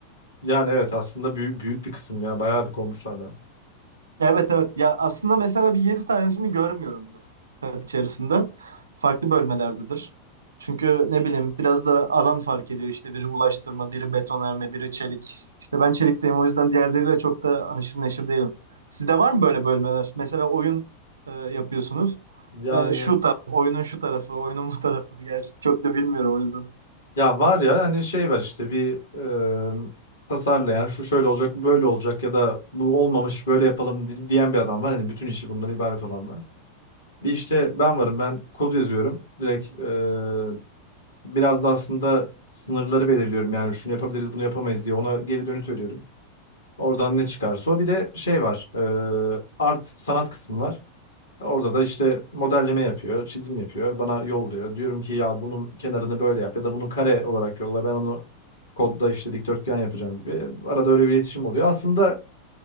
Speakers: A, on the left; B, on the right.
A: Yani evet aslında büyük, büyük bir kısım ya bayağı bir kovmuşlardan.
B: Evet evet ya aslında mesela bir 7 tanesini görmüyorumdur hayat içerisinde. Farklı bölmelerdedir. Çünkü ne bileyim biraz da alan fark ediyor işte biri ulaştırma, biri betonarme, biri çelik. İşte ben çelikteyim o yüzden diğerleriyle çok da haşır neşir değilim. Sizde var mı böyle bölmeler? Mesela oyun e, yapıyorsunuz.
A: Yani
B: E, şu taraf, oyunun şu tarafı, oyunun bu tarafı. Gerçi çok da bilmiyorum o yüzden.
A: ya var ya hani şey var işte bir e, tasarlayan şu şöyle olacak bu böyle olacak ya da bu olmamış böyle yapalım di- diyen bir adam var. Hani bütün işi bundan ibaret olan var. Bir işte ben varım ben kod yazıyorum. Direkt e, biraz da aslında sınırları belirliyorum yani şunu yapabiliriz bunu yapamayız diye ona geri dönüt veriyorum. Oradan ne çıkarsa o bir de şey var e, art sanat kısmı var. Orada da işte modelleme yapıyor, çizim yapıyor, bana yolluyor. Diyorum ki ya bunun kenarını böyle yap ya da bunu kare olarak yolla. Ben onu kodda işte dikdörtgen yapacağım gibi. Arada öyle bir iletişim oluyor. Aslında